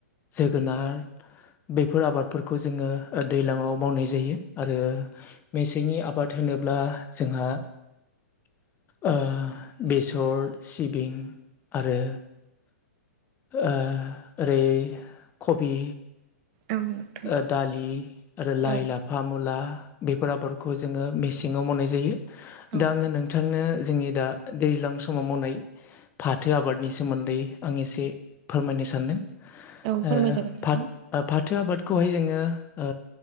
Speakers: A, on the left; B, on the right.
A: जोगोनार बेफोर आबादफोरखौ जोङो दैज्लाङाव मावनाय जायो आरो मेसेंनि आबाद होनोब्ला जोंहा ओ बेसर सिबिं आरो ओ ओरै कबि
B: औ नोंथां
A: ओ दालि आरो लाइ,
B: औ
A: लाफा, मुला बेफोर आबादखौ जोङो मेसेङाव मावनाय जायो
B: औ
A: दा आङो नोंथांनो जोंनि दा दैज्लां समाव मावनाय फाथो आबादनि सोमोन्दै आं एसे फोरमायनो सान्दों।
B: औ फोरमायजागोन
A: ओ
B: नोंथां
A: फाथ-फाथो आबाद खौहाय जोङो ओ